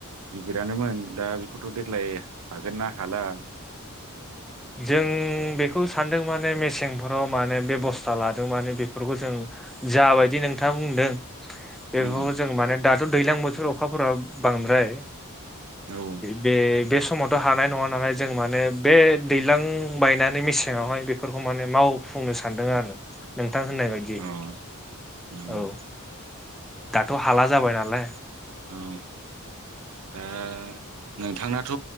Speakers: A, on the right (about 75°); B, in the centre.
A: गिदिरानोमोन दा बेखौथ देग्लाय हागोन ना हाला
B: जों बेखौ सानदों माने मेसेंफोराव माने बेबस्था लादों माने बेफोरखौ जों जाबायदि नोंथाङा बुंदों बेफोरखौ
A: उम
B: जों माने दा दैज्लां बोथोर अखाफोरा बांद्राय
A: औ
B: बे बे समावथ' हानाय नङा नानाय जों माने बे <unintelligible> दैज्लां बायनानै मेसेआवहाय बेफोरखौ माने मावफुंनो सानदों आरो नोंथां होननाय बायदि
A: औ उम
B: औ दाथ' हाला जाबाय नालाय
A: औ दा नोंथांनाथ'